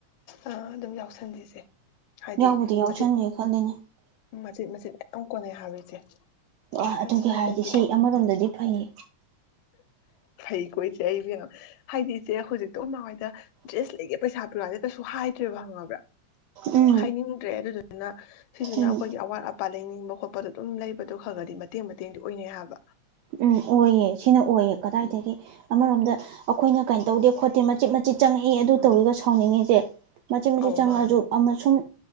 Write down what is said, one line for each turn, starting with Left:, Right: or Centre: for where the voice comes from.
Left: ꯑ ꯑꯗꯨꯝ ꯌꯥꯎꯁꯟꯗꯤ ꯏꯆꯦ ꯍꯥꯏꯗꯤ
Right: ꯌꯥꯎꯕꯨꯗꯤ ꯌꯥꯎꯁꯟꯒꯦ
Left: ꯃꯆꯤꯠ
Right: ꯈꯜꯂꯤꯅꯦ
Left: ꯃꯆꯤꯠ ꯃꯆꯤꯠ ꯃꯌꯥꯝ ꯀꯣꯟꯅꯩ ꯍꯥꯏꯕ ꯏꯆꯦ
Right: ꯑꯣ ꯑꯗꯨꯒꯤ
Left: ꯑꯁ ꯍꯟꯗꯛꯀꯤꯁꯦ
Right: ꯍꯥꯏꯔꯗꯤ ꯁꯤ ꯑꯃꯔꯣꯝꯗꯗꯤ ꯐꯩꯌꯦ
Left: ꯐꯩꯀꯣ ꯏꯆꯦ ꯑꯩ ꯏꯕꯦꯝꯃ ꯍꯥꯏꯗꯤ ꯏꯁꯦ ꯍꯧꯖꯤꯛꯇꯣ ꯑꯩꯈꯣꯏ ꯃꯥ ꯍꯣꯏꯗ ꯗ꯭ꯔꯦꯁ ꯂꯩꯒꯦ ꯄꯩꯁꯥ ꯄꯤꯔꯛꯎ ꯍꯥꯏꯕꯁꯦ ꯀꯩꯁꯨ ꯍꯥꯏꯗ꯭ꯔꯦꯕ ꯈꯪꯉꯕ꯭ꯔꯥ
Right: ꯎꯝ
Left: ꯍꯥꯏꯅꯤꯡꯗ꯭ꯔꯦ ꯑꯗꯨꯗꯨꯅ ꯄꯅꯥ ꯁꯤꯁꯤꯅ
Right: ꯎꯝ
Left: ꯑꯩꯈꯣꯏꯒꯤ ꯑꯋꯥꯠ ꯑꯞ ꯄꯥ ꯂꯩꯅꯤꯡꯕ ꯈꯣꯠꯄꯗꯣ ꯑꯗꯨꯝ ꯂꯩꯕꯗꯣ ꯈꯔꯒꯗꯤ ꯃꯇꯦꯡ ꯃꯇꯦꯡꯗꯤ ꯑꯣꯏꯅꯩ ꯍꯥꯏꯕ
Right: ꯎꯝ ꯑꯣꯏꯌꯦ ꯁꯤꯅ ꯑꯣꯏꯌꯦ ꯀꯗꯥꯏꯗꯒꯤ
Left: ꯎꯝ
Right: ꯑꯃꯔꯣꯝꯗ ꯑꯩꯈꯣꯏꯅ ꯀꯩꯅꯣ ꯇꯧꯗꯦ ꯈꯣꯠꯇꯦ ꯃꯆꯤꯠ ꯃꯆꯤꯠ ꯆꯪꯉꯛꯏ ꯑꯗꯨ
Left: ꯎꯝ
Right: ꯇꯧꯏꯒ ꯁꯥꯎꯅꯤꯡ ꯉꯤꯁꯦ ꯃꯆꯤꯠ ꯃꯆꯤꯠ
Left: ꯑꯧ
Right: ꯆꯪꯉꯛꯁꯨ
Left: ꯃꯥꯅꯦ
Right: ꯑꯃꯁꯨꯡ